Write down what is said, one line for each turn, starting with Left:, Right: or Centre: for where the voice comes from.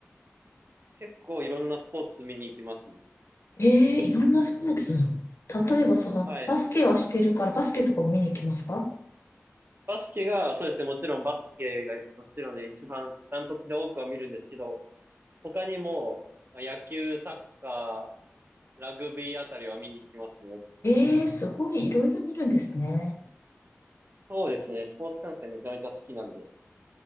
Right: 結構いろんなスポーツ見に行きますね。
Left: ええーいろんなスポーツ。例えば、その、
Right: はい。
Left: バスケはしてるから、バスケとかも見に行きますか
Right: バスケが、そうですね、もちろんバスケが、もちろんで一番ダントツで多くは見るんですけど、他にも、まあ、野球、サッカー、ラグビーあたりは見に行きますね、よく。
Left: ええーすごい、いろいろ見るんですね。
Right: そうですね、スポーツ観戦めちゃめちゃ好きなんで、